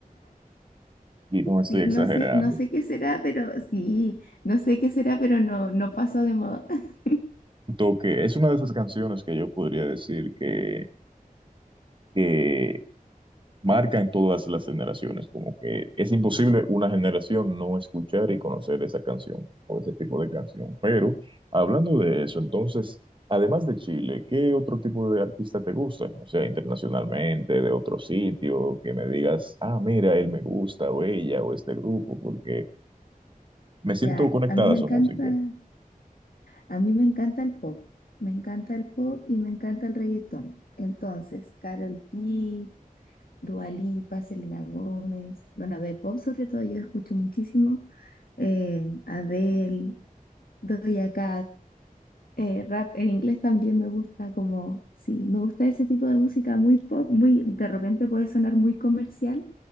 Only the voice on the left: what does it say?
Sí,
no sé, no sé qué será, pero sí, no sé qué será, pero no, no pasó de moda. <laughs>
Ya,
a mí me
encanta,
a mí me encanta el pop. Me encanta el pop y me encanta el reggaetón. Entonces, Karol G, Dua Lipa, Selena Gómez, bueno, de pop sobre todo yo escucho muchísimo. Eh, Adele, Doja Cat. eh, rap en inglés también me gusta como, sí, me gusta ese tipo de música muy pop, muy, de repente puede sonar muy comercial,